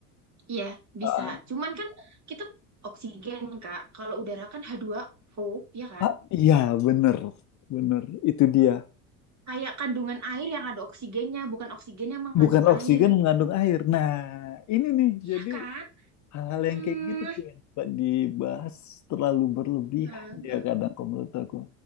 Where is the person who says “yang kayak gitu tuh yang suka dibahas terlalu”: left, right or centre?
Left